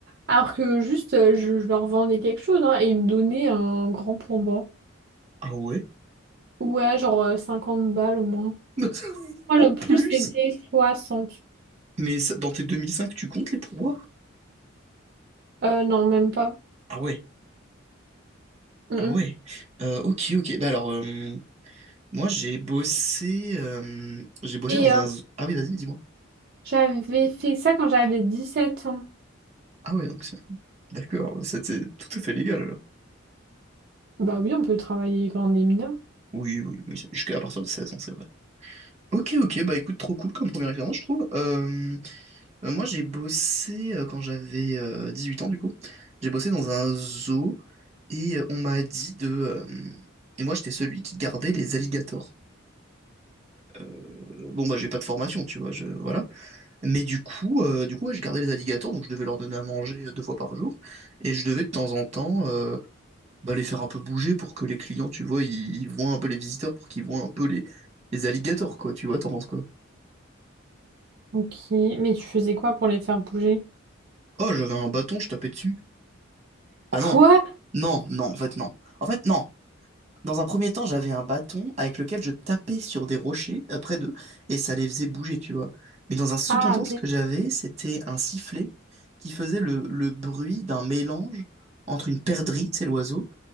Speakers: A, on the right (about 50°); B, on the right (about 35°).
A: Alors que juste, euh, je, je leur vendais quelque chose hein, et ils me donnaient un grand pourboire.
B: Ah ouais?
A: Ouais, genre euh, 50 balles au moins. moi
B: <laughs> En
A: le plus,
B: plus?
A: c'était soixante
B: Mais ça- dans tes 2005, tu comptes les pourboires?
A: Euh, non, même pas.
B: Ah ouais,
A: Mm,
B: ah
A: mm.
B: ouais. Euh, ok, ok. Bah alors, euh, moi, j'ai bossé, euh, j'ai bossé
A: Et
B: dans
A: euh,
B: un... Ah oui, vas-y, dis-moi.
A: J'avais fait ça quand j'avais 17 ans.
B: Ah ouais, donc c'est... D'accord, c'était tout à fait légal, alors.
A: Bah oui, on peut travailler quand on est mineur.
B: Oui, oui, oui, c'est- jusqu'à partir de 16 ans, c'est vrai. Ok, ok, bah écoute, trop cool comme première expérience, je trouve. Euh, euh, moi, j'ai bossé euh, quand j'avais euh, 18 ans, du coup. J'ai bossé dans un zoo et euh, on m'a dit de. euh, Et moi, j'étais celui qui gardait les alligators. Euh, Bon, bah, j'ai pas de formation, tu vois, je... voilà. Mais du coup, euh, du coup ouais, je gardais les alligators, donc je devais leur donner à manger euh, deux fois par jour. Et je devais de temps en temps. euh, bah, les faire un peu bouger pour que les clients, tu vois, ils, ils voient un peu les visiteurs, pour qu'ils voient un peu les, les alligators, quoi, tu vois, t'en penses quoi?
A: Ok, mais tu faisais quoi pour les faire bouger?
B: Oh, j'avais un bâton, je tapais dessus. Bah
A: Quoi?
B: non, non, non, en fait non. En fait non. Dans un premier temps, j'avais un bâton avec lequel je tapais sur des rochers euh, près d'eux et ça les faisait bouger, tu vois. Mais dans un second
A: Ah,
B: temps,
A: ok.
B: ce que j'avais, c'était un sifflet qui faisait le, le bruit d'un mélange entre une perdrix, c'est l'oiseau,